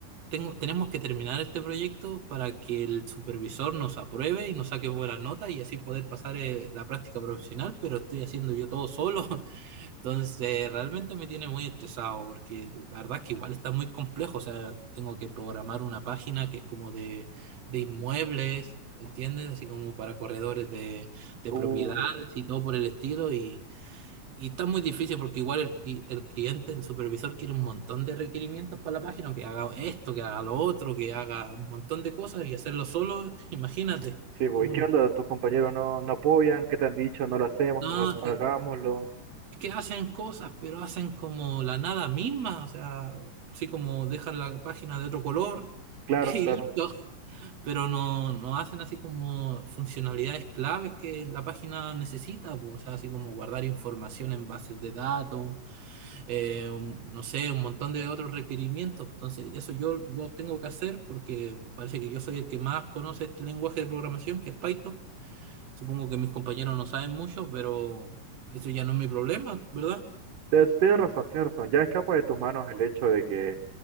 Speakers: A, on the right (about 55°); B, on the right (about 80°).
A: tengo, tenemos que terminar este proyecto para que el supervisor nos apruebe y nos saque buena nota y así poder pasar eh, la práctica profesional, pero estoy haciendo yo todo solo. <laughs> Entonces, realmente me tiene muy estresado porque la verdad es que igual está muy complejo. O sea, tengo que programar una página que es como de, de inmuebles, ¿entiendes? Así como para corredores de, de
B: Uy,
A: propiedades y todo por el estilo y... Y está muy difícil porque igual el, cli- el cliente, el supervisor quiere un montón de requerimientos para la página, que haga esto, que haga lo otro, que haga un montón de cosas y hacerlo solo, <laughs> imagínate.
B: sí, pues,
A: Un-
B: ¿y qué onda? ¿Tus compañeros no, no apoyan? ¿Qué te han dicho? No lo hacemos,
A: no,
B: no lo hagámoslo.
A: eh, es que hacen cosas, pero hacen como la nada misma, o sea, así como dejan la página de otro color
B: Claro,
A: <laughs> y
B: claro.
A: listo, pero no, no hacen así como funcionalidades claves que la página necesita, pues, o sea, así como guardar información en bases de datos eh, un- no sé, un montón de otros requerimientos. Entonces, eso yo los tengo que hacer porque parece que yo soy el que más conoce este lenguaje de programación, que es Python. Supongo que mis compañeros no saben mucho, pero eso ya no es mi problema, ¿verdad?
B: Tienes tienes razón, tienes razón. Ya escapa de tus manos el hecho de que,